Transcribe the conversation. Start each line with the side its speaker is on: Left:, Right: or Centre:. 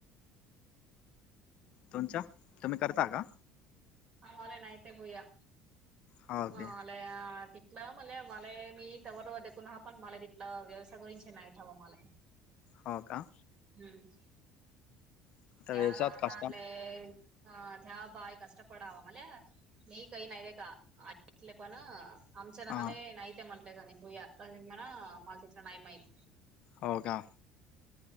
Left: तुमच्या तुम्ही करता का
Right: ह मले नाहीह ते भूया
Left: हो
Right: ह
Left: के
Right: तिथलं म्हण मला मी तवर देून ह पण मला तिथलं व्यवसाय करून नाही ठ हवां मला
Left: हो का
Right: हम्म
Left: आता
Right: याला
Left: व्यवसायात
Right: आणलाानले
Left: कष्ट
Right: ह त्या बाय कष्टपडावा मला म काही नाही दे का आईले पण आमच्या
Left: हा
Right: नाले नाहीहते म्हणटले कानी भूया मना माला तिकला नाही माहि
Left: हो का